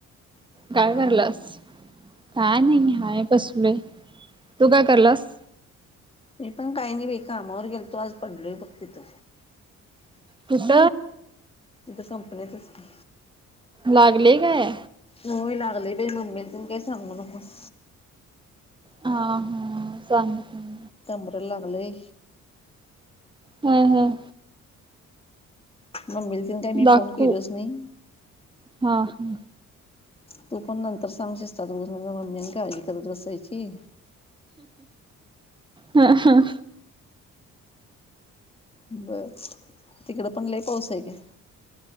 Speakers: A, on the left; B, on the right.
A: हा
B: काय कराल्यास काय नाही हाय बसलोय तू काय कराल्यास?
A: मी पण काय नाही बाई कामावर गेलतो आज पडलोय बघ तिथं.
B: कुठ?
A: इत कंपनीतच की
B: लागले काय?
A: होय लागलय बाई मम्मीला तेन काय सांगू नकोस.
B: हा हा, सांगत नाही.
A: कंबरला लागलय
B: हुं, हुं,
A: मम्मीला तेन काय मी
B: दाखवू
A: फोन केलोच नाही.
B: हा हा,
A: तू पण नंतर सांग शिषतात उगचं नाहीतर मम्मी आणि काळजी करत बसायची.
B: हा हा,
A: बरं, तिकडं पण लई पाऊस आहे काय?